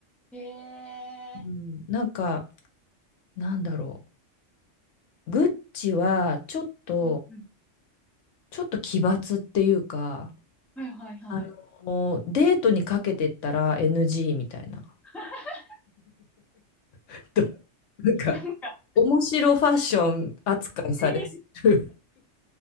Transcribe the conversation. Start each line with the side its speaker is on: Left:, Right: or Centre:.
Centre: う。え
Left: うん、
Centre: え、
Left: なんか、なんだろう。グッチは、ちょっと、
Centre: うんうん。
Left: ちょっと奇抜っていうか、
Centre: はいはいはい。
Left: あの、デートにかけてったら NG みたいな。
Centre: <laughs>
Left: <laughs> どなんか、
Centre: なんか、
Left: 面白ファッション扱いされる
Centre: ええ